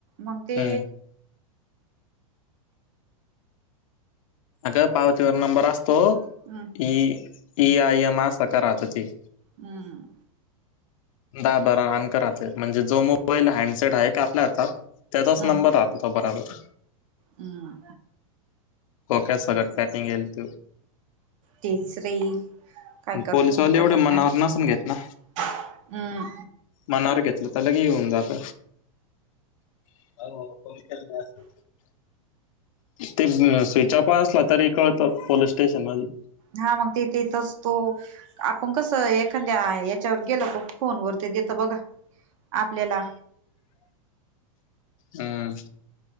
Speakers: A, on the right; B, on the left.
A: मग ते
B: हम्म अगं पावतीवर नंबर असतो
A: हम्म
B: इ इ आय एम असका राहतो ते.
A: हम्म.
B: दहा बारा अंक राहत्यात म्हणजे जो मोबाईल हँडसेट आहे का आपल्याचा त्याचाच
A: हम्म
B: नंबर राहतो. राहत बराबर.
A: हम्म.
B: खोक्यात सगळ पॅकिंग येलत.
A: तिसरे काय करतोट
B: पोलिसवाले एवढे
A: खेलता
B: मनावर
A: <unintelligible>
B: नसून घेत ना
A: हम्म.
B: मनावर घेतलं तर लगे येऊन जात. <unintelligible> ते स्विच ऑफ असलं तरी कळतो पोलीस स्टेशन मध्ये.
A: हा मग ते ते तेथेच असंतो. आपण कसं एखाद्या याच्यावर गेलो फोन वर ते देत बघा आपल्याला
B: हम्म.